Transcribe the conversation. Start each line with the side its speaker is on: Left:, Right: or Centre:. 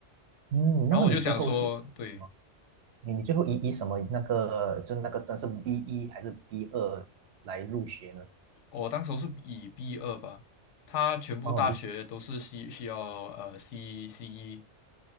Right: 嗯，
Left: 然后我就想说，
Right: 那么你最后是？什么？
Left: 对，
Right: 你你最后以以什么那个就是那个真是 B 一还是 B 二来入学呢？
Left: 我当时候是以 B 二吧，他全部大学都是需需要呃
Right: 哦 B
Left: C C E，